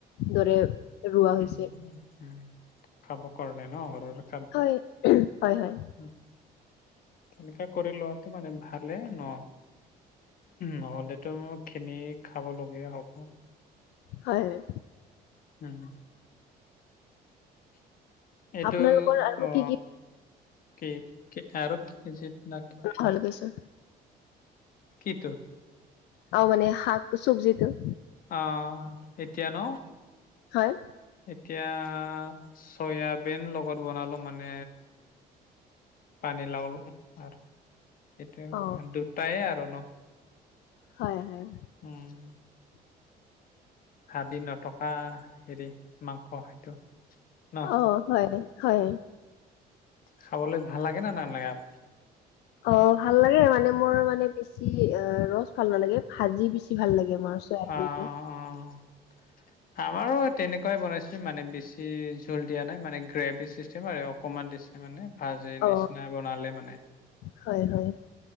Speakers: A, on the left (about 80°); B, on the left (about 55°).
A: দৰে ৰোৱা হৈছে
B: উম খাব কাৰনে ন ঘৰৰে
A: হয় হয় হয়
B: উম তেনেকা কৰি লোৱাটো মানে ভালে ন, নহ'লেতো কিনি খাব লগীয়া হ'ব।
A: হয় হয়
B: উম। <inaudible> এইটো
A: আপোনালোকৰ আৰু
B: অ
A: কি কি
B: কি আৰু ইজিপ্ত না কি
A: হল কৈছোঁ
B: কিটো
A: আৰু মানে শাক চব্জিটো,
B: অঁ, এতিয়া ন।
A: হয়
B: এতিয়া চয়াবিন লগত বনালো মানে। পানী লাও আৰু। সেইটোয়া
A: অ
B: দুটায়েই আৰু ন
A: হয় হয়
B: উম। হাবি নথকা হেৰি মাংস সেইটো। ন
A: অ হয়। হয়
B: খাবলৈ ভাল লাগে না নালাগে আপ।
A: অঁ ভাল লাগে মানে মোৰ মানে বেছি অঁ ৰছ ভাল নালাগে ভাজি বেছি, ভাল লাগে আমাৰ ছোৱালী
B: অ অ <inaudible> আমাৰো তেনেকুৱাই বনাইছো মানে বেছি ঝুল দিয়া নাই মানে গ্ৰেভি চিষ্টেম আৰু অকনমান। ছে মানে ভাজি
A: অ
B: নিচিনা বনালে মানে
A: হয় হয়।